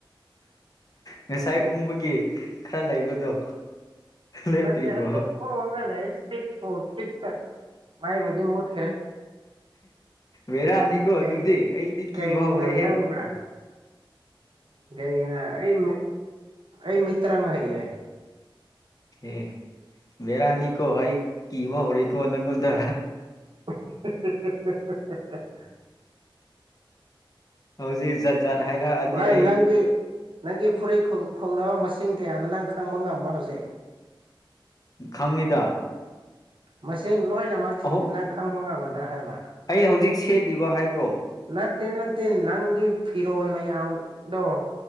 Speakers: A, on the left (about 45°); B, on the right (about 70°).
A: ꯉꯁꯥꯏ ꯎꯪꯕꯒꯤ ꯈꯔ ꯂꯩꯕꯗꯣ ꯂꯦꯞꯇ꯭ꯔꯤꯕꯣ
B: ꯅꯠꯇꯦ ꯑꯗꯨꯝ ꯎꯪꯑꯒ ꯂꯩꯌꯦ ꯁ꯭ꯄꯤꯗ ꯐꯨꯜ ꯁ꯭ꯄꯤꯗꯇ ꯃꯩꯕꯨꯗꯤ ꯃꯨꯠ ꯈ꯭ꯔꯦ
A: ꯕꯦꯔꯥꯅꯤꯀꯣ
B: ꯀꯩ
A: ꯑꯗꯨꯗꯤ ꯑꯩꯗꯤ ꯀꯤꯕ
B: ꯀꯩꯒꯤꯅꯣ
A: ꯍꯧꯔꯦꯍꯦꯛ
B: ꯈꯪꯕ꯭ꯔꯥ ꯀꯩꯒꯤꯅꯣ ꯑꯩ ꯑꯩ ꯃꯤꯇ꯭ꯔꯪ ꯍꯩꯌꯦ
A: ꯑꯦ ꯕꯦꯔꯥꯅꯤꯀꯣ ꯑꯩ ꯀꯤꯕ ꯍꯧꯔꯦꯀꯣ ꯅꯪꯉꯣꯟꯗ
B: <inaudible>
A: ꯍꯧꯖꯤꯛ ꯖꯥꯠ ꯍꯥꯏꯔꯛꯑꯗꯤ
B: ꯚꯥꯏ
A: ꯑꯩ
B: ꯅꯪꯒꯤ ꯅꯪꯒꯤ ꯐꯨꯔꯤꯠ ꯈꯨꯡꯒ꯭ꯔꯥꯎ ꯃꯁꯤꯡ ꯀꯌꯥꯅꯣ ꯅꯪ ꯈꯪꯕ ꯉꯝꯕ꯭ꯔꯣ ꯍꯧꯖꯤꯛ
A: ꯈꯪꯉꯤꯗ
B: ꯃꯁꯤꯡ ꯂꯣꯏꯅꯃꯛ
A: ꯑꯍꯨꯝ
B: ꯅꯪ ꯈꯪꯕ ꯉꯝꯒꯗ꯭ꯔꯥ ꯍꯥꯏꯕ
A: ꯑꯩ ꯍꯧꯖꯤꯛ ꯁꯦꯠꯂꯤꯕ ꯍꯥꯏꯕ꯭ꯔꯣ
B: ꯅꯠꯇꯦ ꯅꯠꯇꯦ ꯅꯪꯒꯤ ꯐꯤꯔꯣꯜ ꯃꯌꯥꯝꯗꯣ